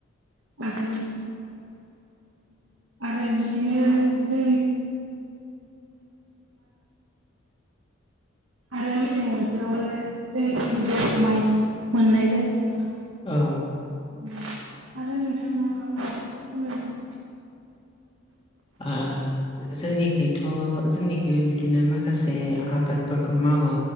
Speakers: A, on the right; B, on the left.
A: <unintelligible> आरो बिदिनो जोंनि आरो मेसें बाथोरावबो जोंनिथिं बर' माइ मोननाय जायो आरो।
B: औ
A: <inaudible> नोंथाङा माबाफोर फोरमायबावनो
B: आ ह <unintelligible> जोंनिखैथ' जोंनिखैबो बिदिनो माखासे आबादफोरखौ मावो